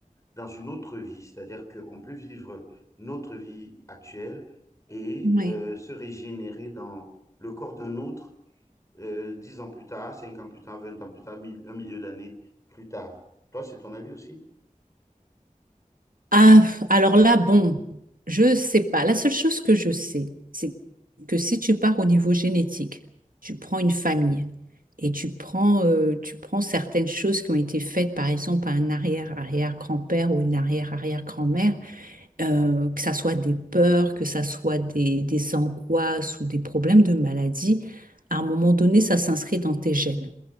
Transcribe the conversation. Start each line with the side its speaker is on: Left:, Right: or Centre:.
Left: dans une autre vie. C'est-à-dire qu'on peut vivre notre vie actuelle et
Right: oui.
Left: euh, se régénérer dans le corps d'un autre euh, dix ans plus tard, 5 ans plus tard, 20 ans plus tard, mille- un milieu d'années plus tard. Toi, c'est ton avis aussi?
Right: Ah, alors là, bon, je sais pas. La seule chose que je sais, c'est que si tu pars au niveau génétique, tu prends une famille et tu prends, euh, tu prends certaines choses qui ont été faites, par exemple, par un arrière-arrière-grand-père ou une arrière-arrière-grand-mère, euh, que ça soit des peurs, que ça soit des, des angoisses ou des problèmes de maladie, à un moment donné, ça s'inscrit dans tes gènes.